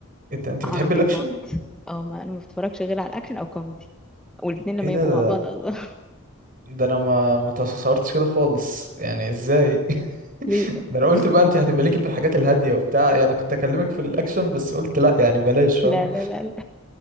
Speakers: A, on the right; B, in the centre.
A: إيه ده، انت
B: عربيات
A: بتحبي الاكشن
B: او ما انا ما بتفرجش غير على الاكشن او كوميدي والاتنين لما
A: ايه ده
B: يبقوا
A: ده
B: مع بعض الله
A: ده انا ما ما تصورتش كده خالص يعني ازاي
B: <laughs> ليه
A: <laughs> ده انا
B: بص
A: قلت بقى انت هتبقى ليكي في الحاجات الهاديه وبتاع يعني انا كنت اكلمك في الاكشن بس قلت لا يعني بلاش فاهمه
B: لا لا لا لا.